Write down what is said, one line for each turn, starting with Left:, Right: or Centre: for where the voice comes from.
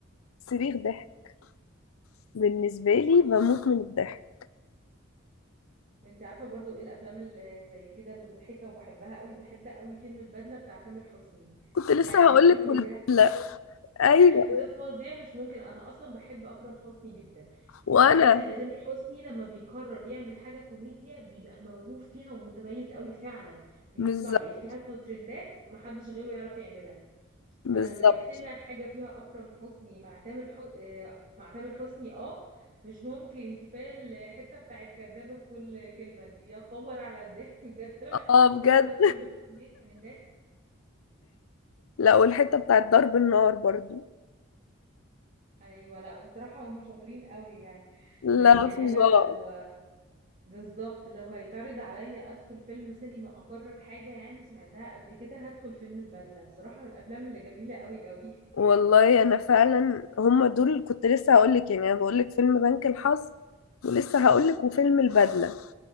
Left: صريخ ضحك بالنسبة لي بموت من الضحك
Right: انت عارفه برضو ايه الافلام اللي زي كده اللي مضحكه وبحبها قوي بحب قوي فيلم البدله بتاع تامر حسني
Left: كنت لسه
Right: يعني
Left: هقولك
Right: الفيلم
Left: والجملة
Right: ده
Left: ايوه
Right: <laughs> ده فظيع مش ممكن انا اصلا بحب اكرم حسني جدا
Left: وانا
Right: وبحس ان تامر حسني لما بيقرر يعمل حاجه كوميديا بيبقى موهوب فيها ومتميز قوي فعلا بيطلع
Left: بالظبط
Right: بافيهات وترندات محدش غيره يعرف يعملها
Left: بالظبط
Right: فلما يجتمع حاجه فيها اكرم حسني مع تامر ح... آه، مع تامر حسني اه مش ممكن كفايه الحته بتاعت كدابه في كل كلمه دي يا خبر على الضحك <laughs> بجد طلع
Left: اه
Right: الفيلم
Left: بجد
Right: ده طلع منه كميه ترندات
Left: لا والحتة بتاعت ضرب النار برضو
Right: ايوه لا بصراحه هم شاطرين قوي يعني لا
Left: لا
Right: يعني
Left: فظاع
Right: انا لو بالظبط لو هيتعرض عليا ادخل فيلم سينما اقرر حاجه يعني سمعتها قبل كده هدخل فيلم البدله بصراحه من الافلام اللي جميله قوي قوي <laughs>
Left: والله انا فعلا هما دول اللي كنت لسه هقولك يعني انا بقولك فيلم بنك الحظ ولسه هقولك وفيلم البدلة